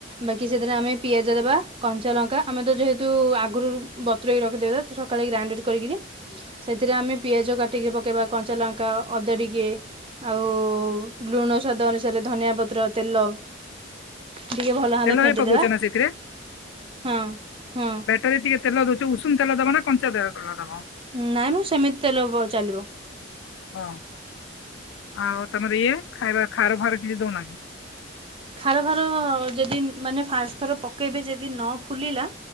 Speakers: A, on the right; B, on the left.
A: ବାକି ସେଥିରେ ଆମେ ପିଆଜ ଦେବା କଞ୍ଚା ଲଙ୍କା ଆମେ ତ ଯେହେତୁ ଆଗରୁ ବତରେଇ କି ରଖିଦେଇଥିବା ତ ସକାଳେ ଗ୍ରାଇଣ୍ଡେଡ୍ କରିକିରି ସେଥିରେ ଆମେ ପିଆଜ କାଟିକି ପକେଇବା କଞ୍ଚା ଲଙ୍କା ଅଦା ଟିକେ ଆଉ ଲୁଣ ସ୍ୱାଦ ଅନୁସାରେ ଧନିଆ ପତ୍ର, ତେଲ ଟିକେ ଭଲ ଭାବେ
B: ତେଲ
A: ଫେଣ୍ଟି
B: ପକଉଛ
A: ଦେବା
B: ନା ସେଥିରେ
A: ହୁଁ ହୁଁ।
B: ସେତେବେଳେ ଟିକେ ତେଲ ହୋଉଚି ଉଷୁମ ତେଲ ଦବା ନା କଞ୍ଚା ତେ ତଲ ଦବା?
A: ନାଇଁ ମ ସେମିତି ତେଲ ଚାଲିବ।
B: ଓ ଆଉ ତମର ଇଏ ଖାଇବା ଖାର ଫାର କିଛି ଦଉନା।
A: ଖାର ଫାର ଯଦି ମାନେ ଫାଷ୍ଟଥର ପକେଇବେ ଯଦି ନ ଫୁଲିଲା